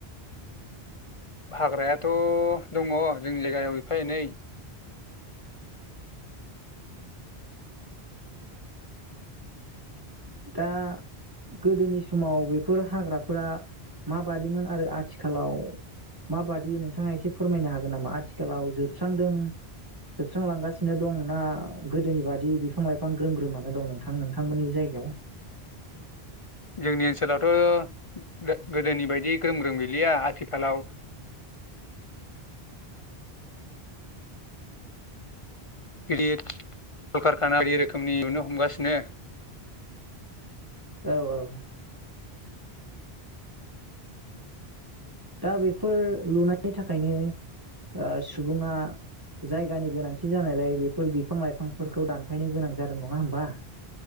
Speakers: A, on the left; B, on the right.
A: हाग्रायाथ' दङ जोंनि जायगायाव एफा एनै
B: दा गोदोनि समाव बेफोर हाग्राफोरा माबादिमोन आरो आथिखालाव माबादि नोंथाङा एसे फोरमायनो हागोन नामा आथिखालाव जोबस्रांदों जोबस्रांलांगासिनो दं ना गोदोनि बादि बिफां लाइफां ग्रोम ग्रोमानो दं नोंथां नोंथांमोननि जायगायाव
A: जोंनि ओनसोलावथ' गोदोनि बायदि ग्रोम ग्रोम गैलिया आथिखालाव गिदिर कलकारखाना बायदि रोखोमनि नुनो हमगासिनो
B: औ औ दा बेफोर लुनाय नि थाखायनो ओ सुबुङा जायगानि गोनांथि जानायलाय बेफोर बिफां लाइफांफोरखौ दानफायनो गोनां जादों नङा होमबा